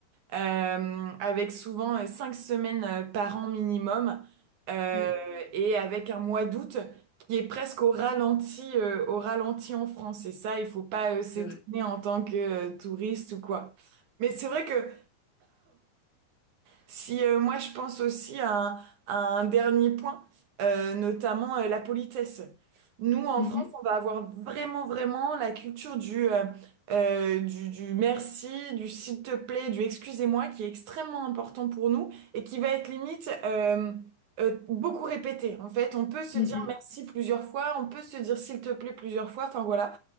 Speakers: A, on the right; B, on the left.
A: euh, avec souvent euh, cinq semaines euh, par an minimum, euh,
B: mm,
A: et avec un mois d'août qui est presque au ralenti, euh, au ralenti en France. Et ça, il faut pas euh, s'étonner
B: C'est vrai.
A: en tant que euh, touriste ou quoi. Mais c'est vrai que si euh, moi je pense aussi à un, à un dernier point, euh, notamment euh, la politesse. Nous en
B: Mhm,
A: France, on va avoir vraiment vraiment la culture du euh, euh, du, du merci, du s'il te plaît, du excusez-moi qui est extrêmement important pour nous et qui va être limite euh, euh, beaucoup répété. En fait, on peut se
B: mm,
A: dire
B: mm.
A: merci plusieurs fois, on peut se dire s'il te plaît plusieurs fois. Enfin voilà.